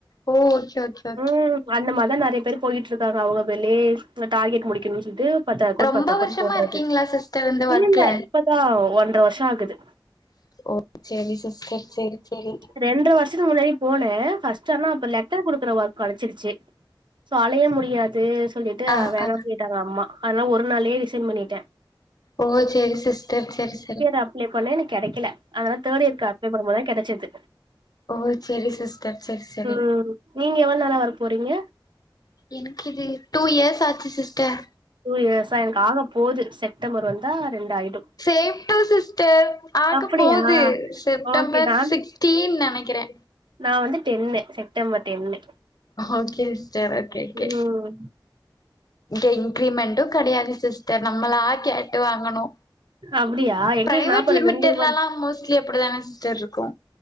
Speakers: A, on the left (about 50°); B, on the right (about 70°).
A: ஓ ஓகே ஓகே ஓகே
B: ம் அந்தமாரிதா நெறைய பேர் போயிட்டி இருக்காங்க அவுங்க பேர்லயே அங்க டார்கெட் முடிக்குனு சொல்லிட்டு பத்து அக்கௌன்ட்
A: ரொம்ப
B: பத்து அக்கௌன்ட்
A: வருஷமா
B: போட்றது
A: இருக்கீங்களா சிஸ்டர் இந்த
B: இல்ல
A: ஒர்க்ல
B: இல்ல இப்பதா ஒன்ற வருஷோ ஆகுது
A: ஓ சேரி சிஸ்டர் சேரி சேரி
B: ரெண்ட்ற வருஷத்துக்கு முன்னாடி போனே ஃபஸ்ட் ஆனா அப்ப லெட்டர் குடுக்குற ஒர்க் கெடச்சிருச்சு சோ அலைய முடியாது சொல்லிட்டு
A: ஆ
B: வேணா
A: ஆ
B: சொல்லிட்டாங்க அம்மா அதனால ஒரு நாள்லயே ரிசைன் பண்ணிட்டே
A: ஓ சேரி சிஸ்டர் சேரி சேரி
B: அப்ளே பண்ணே எனக் கெடைக்கல அதனால தேர்ட் இயர்க்கு அப்ளே பண்ணும் போதுதா கெடச்சது
A: ஓ சேரி சிஸ்டர் சேரி சேரி
B: ம் நீங்க எவ்ளோ நாளா ஒர்க் போறீங்க
A: எனக்கு இது டூ இயர்ஸ் ஆச்சு சிஸ்டர்
B: டூ இயர்ஸா எனக்கு ஆக போகுது செப்டம்பர் வந்தா ரெண்டாயிடு
A: சேம் டூ சிஸ்டர் ஆக
B: அப்டியா
A: போது செப்டம்பர்
B: ஓகே நான்
A: சிக்ஸ்டீன் நெனைக்கிறே
B: நா வந்து டென்னு செப்டம்பர் டென்னு
A: ஓகே சிஸ்டர் ஓகே ஓகே
B: ம்
A: இங்க இன்கிரிமெண்டு கெடையாது சிஸ்டர் நம்மளா கேட்டு வாங்கணு
B: அப்டியா எங்களுக்கு
A: பிரைவேட்
B: நாப்பது
A: லிமிடெட்லெல்லா
B: ரெண்டு மந்த்
A: மோஸ்ட்லி அப்படிதானே சிஸ்டர் ருக்கு